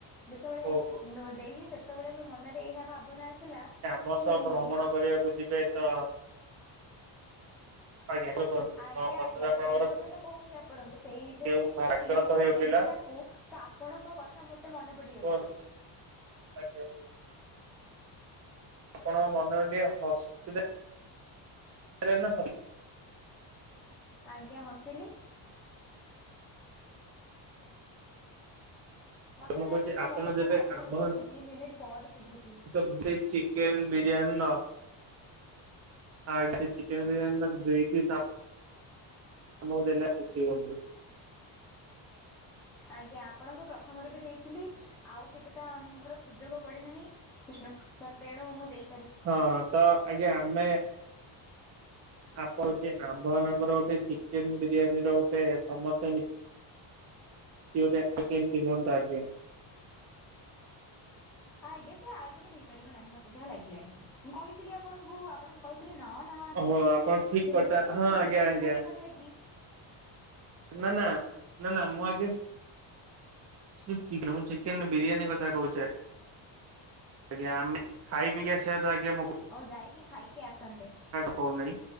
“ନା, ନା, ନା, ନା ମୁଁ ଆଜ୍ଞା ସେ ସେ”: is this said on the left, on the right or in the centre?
Right